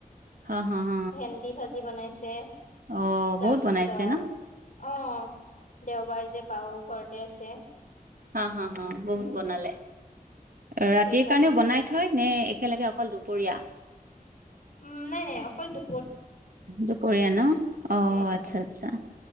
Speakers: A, on the right; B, on the left.
A: হ হ হ
B: ভেন্দি ভাজি বনাইছে
A: অ'
B: তাৰপিছত
A: বহুত বনাইছে ন।
B: অ' দেওবাৰ যে বাও ঘৰতে আছে।
A: হা-হা-হা বহুত
B: উম,
A: বনালে। ৰাতিৰ
B: সেইকাৰণে
A: কাৰণেও বনাই থয় নে একেলগে অকল দুপৰীয়া?
B: উম নাই-নাই অকল দো
A: দুপৰীয়া ন অ',
B: উম,
A: আচ্ছা
B: উম,
A: আচ্ছা।